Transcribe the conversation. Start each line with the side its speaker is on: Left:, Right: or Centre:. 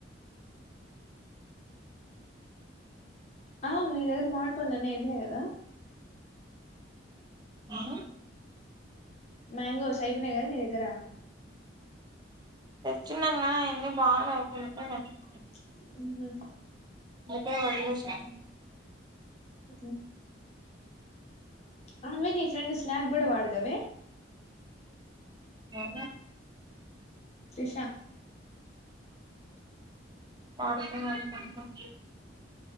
Left: అవునుద ఎదురు మా పంలేనే ఎబిన కదా <unintelligible>
Right: ఆ
Left: మాంగోస్ అయిపోయినయ్ గదా నీ దగ్గర
Right: తెచ్చన్నాంగా ఎన్ని బాగా నకు <unintelligible>
Left: అ
Right: అందుకే వదిలేసాను
Left: అ అవును నీ ఫ్రెండ్ స్నాప్ కూడ వాడదవే
Right: ఏమో
Left: త్రిష
Right: పడుతు <unintelligible>